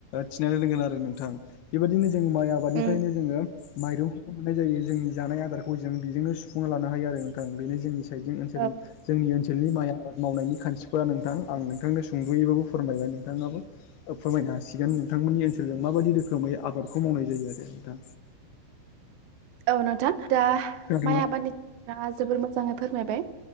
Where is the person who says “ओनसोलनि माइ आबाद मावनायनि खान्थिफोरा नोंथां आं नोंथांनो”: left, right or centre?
Left